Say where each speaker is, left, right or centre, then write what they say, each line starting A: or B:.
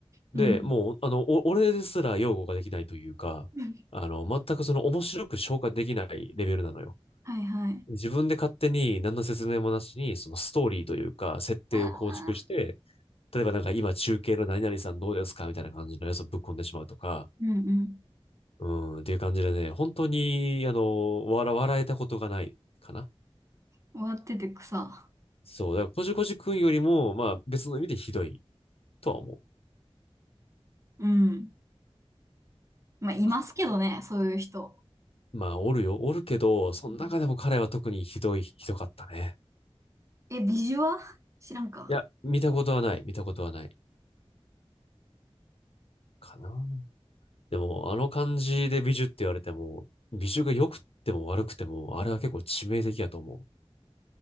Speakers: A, on the left (about 65°); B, on the right (about 30°).
A: で、
B: うん。
A: もう、あの、お俺ですら擁護ができないというか、
B: <laughs>
A: あの、全くその面白く消化できないレベルなのよ。
B: はいはい。
A: 自分で勝手に何の説明もなしに、そのストーリーというか、設定を構築して、
B: ああ、
A: 例えばなんか今中継の何々さんどうですかみたいな感じのやつをぶっ込んでしまうとか、
B: うんうん。
A: うん、っていう感じでね、本当に、あの、笑、笑えたことがないかな。
B: 終わってて草。
A: そう、だからこじこじくんよりも、まあ別の意味でひどいとは思う
B: うん。まあ、いますけどね、
A: かな。
B: そういう人。
A: まあおるよ、おるけど、その中でも彼は特にひどい、
B: うん
A: ひどかったね。
B: え、ビジュア知らんか。
A: いや、見たことはない、見たことはないかな。でも、あの感じで美女って言われても、美女が良くても悪くても、あれは結構致命的やと思